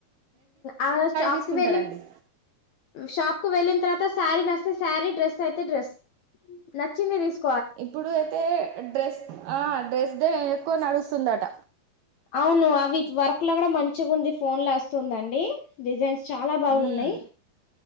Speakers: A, on the left (about 70°); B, on the right (about 80°).
A: ఆ షాప్
B: తీసుకుంటారండి
A: కు వెేళ షాప్ కు వెేలి త శారీ నచ్చస్తే శారీ డ్రెస్ అయితే డ్రస్ నచ్చింది తీసుకు
B: ఇప్పుడు అయితే డ్రెస్ ఆహ్ డ్రెస్ దే ఎక్కువ నడుస్తుందట.
A: అవును అవి వర్క్ లో కూడా మంచిగా ఉంది. ఫోన్ లో వస్తుందండి డిజైన్స్. చాలా బాగున్నాయి.
B: మ్మ్